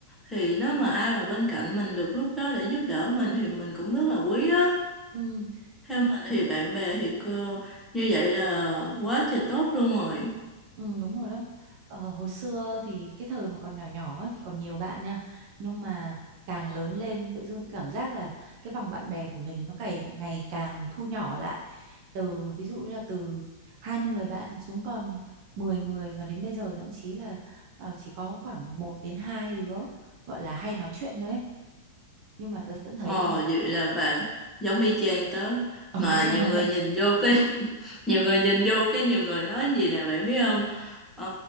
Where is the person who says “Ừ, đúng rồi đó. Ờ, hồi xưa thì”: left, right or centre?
Right